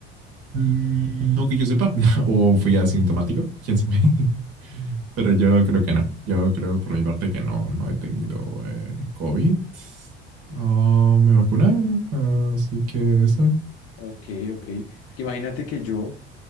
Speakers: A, on the right; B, on the left.
A: Mm, No que yo sepa. <laughs> O fui asintomático, quién sabe. <laughs> Pero yo creo que no. Yo creo por mi parte que no, no he tenido eh, COVID. Oh, me vacunaron. Así que, ¿sabe?
B: Ok, ok. Porque imagínate que yo,